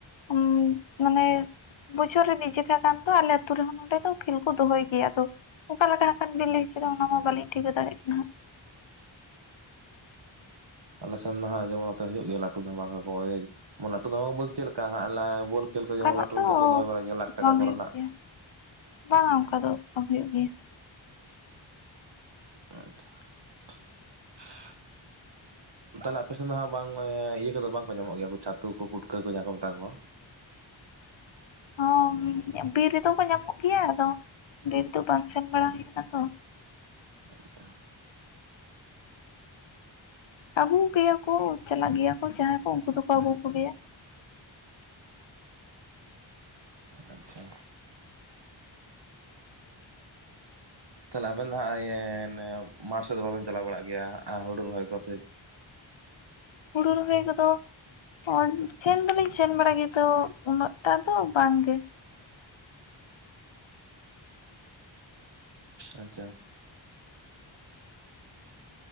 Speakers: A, on the left; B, on the right.
A: ᱩᱸᱢ ᱢᱟᱱᱮ ᱵᱚᱪᱷᱚᱨ ᱨᱮ ᱢᱤᱫ ᱡᱚᱠᱷᱟ ᱠᱟᱱ ᱫᱚ ᱟᱞᱮ ᱟᱛᱩ ᱨᱮᱦᱚᱸ ᱱᱚᱰᱮ ᱫᱚ ᱠᱷᱮᱞ ᱠᱚ ᱫᱚᱦᱚᱭ ᱜᱮᱭᱟ ᱟᱫᱚ ᱚᱠᱟ ᱞᱮᱠᱟ ᱦᱟᱸᱜ ᱠᱷᱟᱱ ᱵᱤᱱ ᱞᱟᱹᱭ ᱦᱚᱪᱚᱭᱫᱟ ᱚᱱᱟ ᱢᱟ ᱵᱟᱞᱤᱧ ᱴᱷᱤᱭᱠᱟᱹ ᱫᱟᱲᱮᱭᱟᱜ ᱠᱟᱱᱟ ᱦᱟᱸᱜ᱾
B: ᱟᱞᱮ ᱥᱮᱱ ᱫᱚ ᱦᱟᱸᱜ ᱡᱮᱢᱚᱱ ᱱᱚᱛᱮ ᱦᱩᱭᱩᱜ ᱜᱮᱭᱟ ᱞᱟᱹᱴᱩ ᱫᱷᱟᱢᱟᱠᱟ ᱠᱚ ᱳᱭ ᱢᱟᱱᱮ ᱞᱟᱹᱴᱩ ᱫᱷᱟᱢᱟᱠᱟ ᱵᱚᱞᱛᱮ ᱪᱮᱫ ᱞᱮᱠᱟ ᱦᱟᱸᱜ ᱞᱟᱭ ᱵᱚᱞ ᱠᱷᱮᱞ ᱠᱚ
A: ᱚᱱᱠᱟᱱᱟᱜ
B: ᱡᱮᱢᱚᱱ ᱞᱟᱹᱴᱩ
A: ᱫᱚ
B: ᱞᱟᱹᱴᱩ ᱠᱚ ᱫᱚᱦᱚᱭ ᱵᱟᱲᱟᱭ ᱜᱮᱭᱟ, ᱞᱟᱠᱷ ᱴᱟᱠᱟ
A: ᱵᱟᱝ
B: ᱠᱚ
A: ᱦᱩᱭᱩᱜ
B: ᱨᱮᱱᱟᱜ᱾
A: ᱜᱮᱭᱟ ᱵᱟᱝᱟ ᱚᱱᱠᱟ ᱫᱚ ᱵᱟᱝ ᱦᱩᱭᱩᱜ ᱜᱮᱭᱟ᱾
B: <inaudible>
A: <inaudible>
B: ᱛᱟᱦᱚᱞᱮ ᱟᱯᱮ ᱥᱮᱫ ᱫᱚ ᱦᱟᱸᱜ ᱵᱟᱝ ᱤᱭᱟᱹ ᱠᱚᱫᱚ ᱵᱟᱝ ᱠᱚ ᱧᱟᱢᱚᱜ ᱜᱮᱭᱟ ᱩᱱᱠᱩ ᱪᱷᱟᱛᱩ ᱠᱚ ᱯᱩᱴᱠᱟᱹ ᱠᱚ ᱡᱟᱦᱟᱸ ᱠᱚ ᱢᱮᱛᱟ ᱠᱚᱣᱟ᱾
A: ᱦᱚᱸ ᱵᱤᱨ ᱨᱮᱫᱚ ᱠᱚ ᱧᱟᱢᱚᱜ ᱜᱮᱭᱟ ᱟᱫᱚ ᱵᱤᱨ ᱫᱚ ᱵᱟᱝ ᱥᱮᱱ ᱵᱟᱲᱟ ᱦᱩᱭᱩᱜ ᱠᱟᱱᱟ ᱛᱚ᱾
B: ᱟᱪᱪᱷᱟ᱾
A: ᱟᱹᱜᱩ ᱠᱮᱭᱟ ᱠᱚ ᱪᱟᱞᱟᱜ ᱜᱮᱭᱟ ᱠᱚ ᱡᱟᱦᱟᱸᱭ ᱠᱚ ᱩᱱᱠᱩ ᱫᱚᱠᱚ ᱟᱹᱜᱩ ᱠᱚ ᱜᱮᱭᱟ᱾
B: ᱟᱪᱪᱷᱟ ᱛᱟᱦᱚᱞᱮ ᱟᱵᱮᱱ ᱫᱚ ᱦᱟᱸᱜ ᱤᱭᱟ. ᱢᱟᱴᱷ ᱥᱮᱫ ᱫᱚ ᱵᱟᱵᱮᱱ ᱪᱟᱞᱟᱣ ᱵᱟᱲᱟᱜ ᱜᱮᱭᱟ ᱦᱩᱲᱩ ᱨᱚᱦᱚᱭ ᱠᱚ ᱥᱮ᱾
A: ᱦᱩᱲᱩ ᱨᱚᱦᱚᱭ ᱠᱚᱫᱚ ᱚ ᱥᱮᱱ ᱫᱚ ᱞᱤᱧ ᱥᱮᱱ ᱵᱟᱲᱟ ᱜᱮᱭᱟ ᱛᱚ ᱩᱱᱟᱹᱜ ᱴᱟ ᱫᱚ ᱵᱟᱝ ᱜᱮ᱾
B: ᱟᱪᱪᱷᱟ